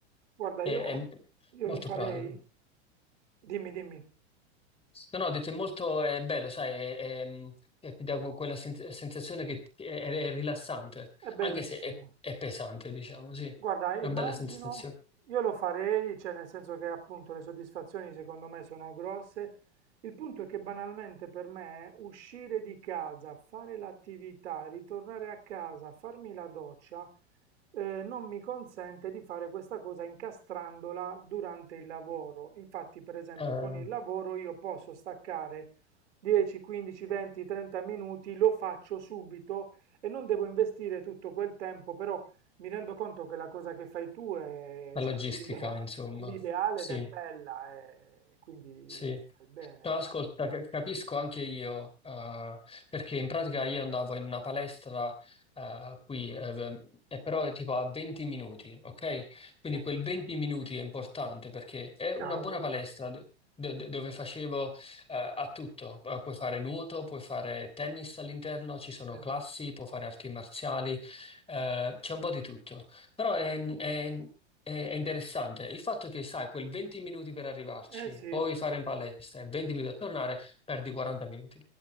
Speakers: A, on the right; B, on the left.
A: Guarda,
B: E-
A: io,
B: è
A: io
B: molto
A: lo farei.
B: pratico.
A: Dimmi, dimmi,
B: No, no, ho detto è molto è bello, sai, è- è, mm, eh, ti dà que- quella sen- sensazione che ti- è, è- è rilassante,
A: è bellissimo.
B: anche se è, è pesante, diciamo, sì,
A: Guarda, immagino,
B: una bella sensazione.
A: io lo farei, cioè nel senso che appunto le soddisfazioni secondo me sono grosse. Il punto è che banalmente per me uscire di casa, fare l'attività, ritornare a casa, farmi la doccia, eh, non mi consente di fare questa cosa incastrandola durante il lavoro. Infatti, per esempio,
B: Ah,
A: con il lavoro io posso staccare 10, 15, 20, 30 minuti, lo faccio subito e non devo investire tutto quel tempo, però mi rendo conto che la cosa che fai tu è,
B: la
A: cioè,
B: logistica,
A: è l'idea-
B: insomma,
A: è l'ideale
B: sì.
A: ed è bella, e quindi
B: Sì.
A: fai bene,
B: No,
A: cavolo.
B: ascolta, ca- capisco anche io, eh, perché in pratica io andavo in una palestra, eh, qui, eh, e però è tipo a 20 minuti, ok?
A: Sì,
B: Quindi quel 20 minuti è importante perché è una
A: cavolo.
B: buona palestra d- d- d- dove facevo, eh, a tutto. Eh, Puoi fare nuoto, puoi fare tennis all'interno, ci sono
A: Sì.
B: classi, puoi fare arti marziali, eh, c'è un po' di tutto. Però è, è è interessante il fatto che, sai, quel 20 minuti per arrivarci,
A: Eh sì,
B: poi fare in palestra e 20 minuti a tornare, perdi 40 minuti.